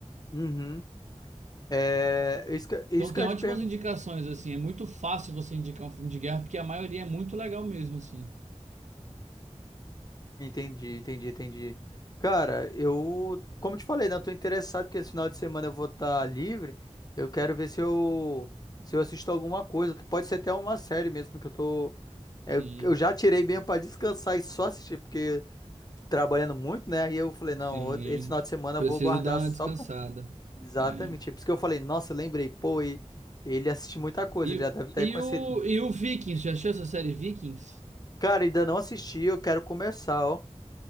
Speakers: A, on the left; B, on the right.
A: Uhum. É, isso que, isso
B: Então
A: que
B: tem
A: eu
B: ótimas
A: ia te perguntar.
B: indicações, assim. É muito fácil você indicar um filme de guerra, porque a maioria é muito legal mesmo, assim.
A: Entendi, entendi, entendi. Cara, eu, como eu te falei, né, eu tô interessado que esse final de semana eu vou estar livre. Eu quero ver se eu, se eu assisto alguma coisa. Pode ser até uma série mesmo que eu tô, eu,
B: Sim,
A: eu já tirei mesmo pra descansar e só assistir, porque trabalhando muito, né? Aí eu falei, não,
B: sim.
A: eu- esse final de semana
B: Preciso
A: eu vou guardar
B: dar uma
A: só
B: descansada.
A: pra... Exatamente.
B: É.
A: é Por isso que eu falei, nossa, eu lembrei, pô, e- ele assiste muita coisa,
B: E,
A: ele já deve ter
B: e,
A: conhecido.
B: o, e o Vikings, já achou essa série Vikings?
A: Cara, ainda não assisti, eu quero começar, ó.